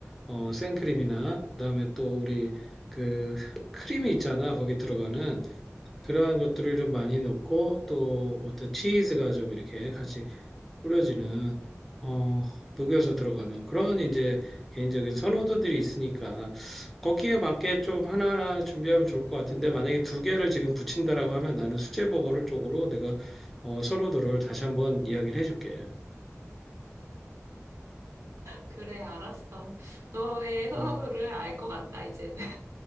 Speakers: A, in the centre; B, on the right.
A: 어 생크림이나 그다음에 또 우리 그 크림이 있잖아 거기 들어가는 그러한 것들을 좀 많이 넣고 또 어떤 치즈가 좀 이렇게 같이 꾸려지는 어, 녹여서 들어가는 그런 이제 개인적인 선호도들이 있으니까 거기에 맞게 좀 하나하나 준비하면 좋을 것 같은데 만약에 두 개를 지금 붙인다라고 하면 나는 수제버거를 쪽으로 내가 어, 선호도를 다시 한번 이야기를 해줄게.
B: 그래, 알았어. 너의 선호도를
A: 음,
B: 알 것 같다, 이제.